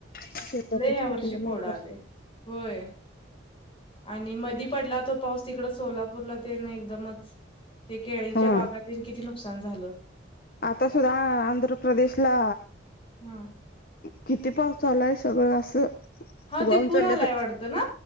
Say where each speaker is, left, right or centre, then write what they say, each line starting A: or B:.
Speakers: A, on the left; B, on the left.
A: शेतातच
B: लय ह्या वर्षी
A: पिकलं
B: कोड
A: नाही
B: आले.
A: तर
B: होय आणि मधी पडला तो पाऊस तिकड सोलापूरला ते ना एकदमच ते केळीच्या
A: हा
B: बागातीन किती नुकसान झालं.
A: आता सुद्धा आ आंध्र प्रदेशला
B: हा
A: किती पाउस चालाय सगळं असं
B: हा
A: वाहून
B: ती पुरालाय
A: चालल्या तर
B: वाटतं ना